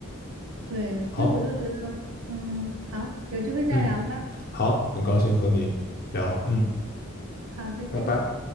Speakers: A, on the right; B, on the left.
A: 对，所以我就觉得，
B: 好，
A: 嗯，好，有机会再聊吧。
B: 嗯，好，很高兴和你聊，嗯，
A: 好，再见。
B: 拜拜。